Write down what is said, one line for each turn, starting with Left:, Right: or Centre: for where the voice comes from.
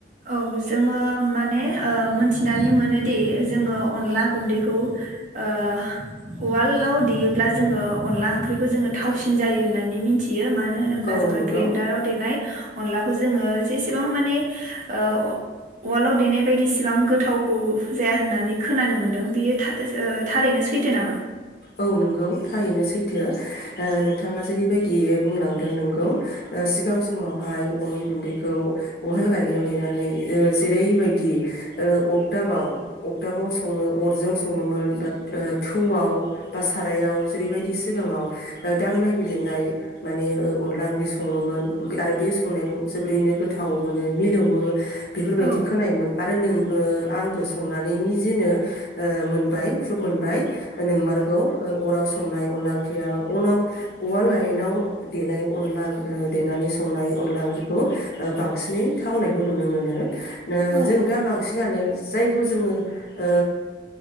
Right: औ जोङो माने ओ मोनथि नानै मोनोदि जोङो अनला गुन्दैखौ ओ उवालाव देयोब्ला जोङो अनला ओंख्रिखौ जोङो थावसिन जायो होननानै मिनथियो। मानो होनोब्ला
Left: ओ
Right: जोङहा
Left: औ नंगौ
Right: ग्रेन्डाराव देनाय अनलाखौ जोङो जेसेबां माने ओ वा वालाव देनाय बायदिसिबां गोथावखौ जाया होननानै खोनानो मोन्दों बियो था ओ थारैनो सैथो नामा?
Left: औ नंगौ थारैनो सैथो ओ नोंथाङा जेरैबायदि बुंलांदों नोंगौ ओ सिगां समावहाय अन गुन्दैखौ उहाल गायनायाव देनानै ओ जेरैबायदि ओ अगदाबाव अगदाबाव सङो अरजों सङोमोन बा ओ थौआव बा सारायाव जेरैबायदि सिगाङाव ओ दांनाय बिलिरनाय माने ओ अनला ओंख्रि सङोमोन आरो बे संनायखौ जोबोरैनो गोथाव मोनो मिलौवो बेफोरबायदि
Right: औ
Left: खोनायोमोन। आरो नोंबो आंबो संनानै निजेनो ओ मोनबाय प्रुफ मोनबाय ओ नोंमार्क ओ अराव संनाय अनला ओंख्रिया बा अनाव उवाल गायेनाव देनाय अनला ओं देनानै संनाय अनला ओंख्रिखौ ओ बांसिनै थावनायखौ नुनो मोनो। नो
Right: औ
Left: जों दा बांसिनानो जायखौ जोङो ओ